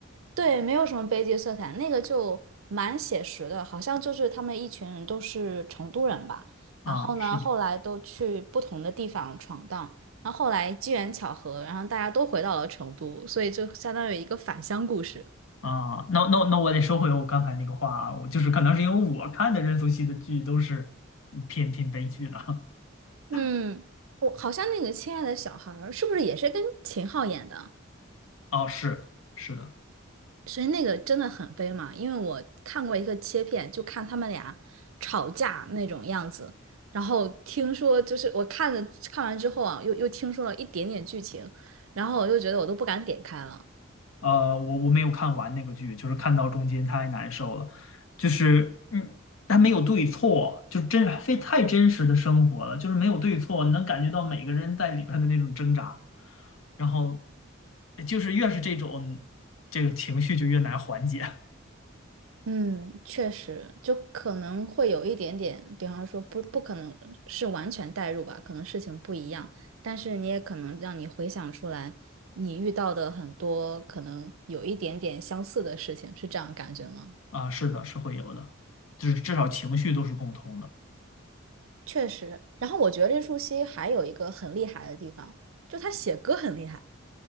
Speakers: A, on the right; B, on the left.
A: 对，没有什么悲剧色彩，那个就蛮写实的，好像就是他们一群人都是成都人吧，
B: 啊，
A: 然后呢，
B: 是的
A: 后来都去不同的地方闯荡，然后后来机缘巧合，然后大家都回到了成都，所以就相当于一个返乡故事。
B: 啊，那那那我得收回我刚才那个话啊，我就是可能是因为我看的任素汐的剧都是偏偏悲剧的。
A: 嗯，
B: <laughs>
A: 我好像那个《亲爱的小孩》儿是不是也是跟秦昊演的？
B: 哦，是是的。
A: 所以那个真的很悲嘛，因为我看过一个切片，就看他们俩吵架那种样子，然后听说就是我看了看完之后啊，又又听说了一点点剧情，然后我就觉得我都不敢点开了。
B: 呃，我我没有看完那个剧，就是看到中间太难受了，就是嗯，它没有对错，就真非太真实的生活了，就是没有对错，你能感觉到每个人在里边的那种挣扎，然后呃就是越是这种这个情绪就越难缓解
A: 嗯，确实，就可能会有一点点，比方说不不可能是完全代入吧，可能事情不一样，但是你也可能让你回想出来你遇到的很多可能有一点点相似的事情，是这样感觉吗？
B: 啊，是的，是会有的，就是至少情绪都是共通的
A: 确实。然后我觉得任素汐还有一个很厉害的地方，就她写歌很厉害。